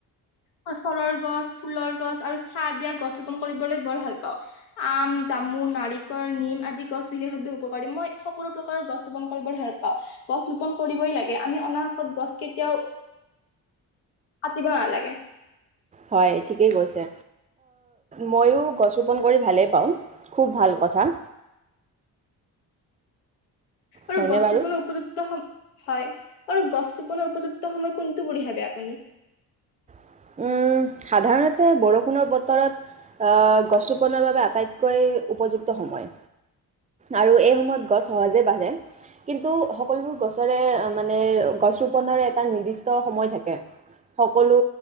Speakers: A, on the left; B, on the right.
A: মই ফলৰ গছ, ফুলৰ গছ আৰু চাহ দিয়া গছ ৰোপণ কৰিবলৈ বৰ ভাল পাওঁ। আম, জামু, নাৰিকল, নিম আদি গছ বিশেষভাৱে উপকাৰী। মই সকলো প্ৰকাৰৰ গছ ৰোপণ কৰি বৰ ভাল পাওঁ। গছ ৰোপণ কৰিবই লাগে, আমি অনাহকত গছ কেতিয়াও কাটিব নালাগে।
B: হয় ঠিকেই কৈছে। মইয়ো গছ ৰোপণ কৰি ভালেই পাওঁ। খুব ভাল থা
A: আৰু
B: হয়নে
A: গছ
B: বাৰু?
A: ৰোপণৰ উপযুক্ত সম হয়, আৰু গছ ৰোপণৰ উপযুক্ত সময় কোনটো বুলি ভাবে আপুনি?
B: উম। সাধাৰণতে বৰষুণৰ বতৰত, আহ গছ ৰোপণৰ বাবে আটাইতকৈ উপযুক্ত সময়। আৰু এই সময়ত গছ সহজে বাঢ়ে। কিন্তু সকলোবোৰ গছৰে মানে গছ ৰোপণৰে এটা নিৰ্দিষ্ট সময় থাকে। সকলো